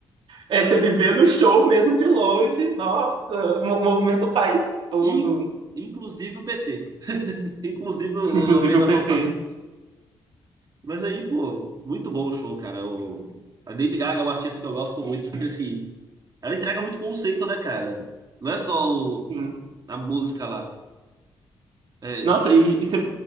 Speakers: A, on the right; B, on the right.
A: é você viver no show mesmo de longe, nossa, mo- movimenta o país todo,
B: In- inclusive o PT. <laughs> Inclusive
A: <laughs>
B: o-
A: inclusive
B: a perda
A: o PT.
B: total. Mas aí, pô, muito bom o show, cara. O, a Lady Gaga é um artista que eu gosto muito, porque assim, ela entrega muito conceito, né, cara? Não é só o-
A: Sim.
B: a música lá. É,
A: Nossa, e, e você,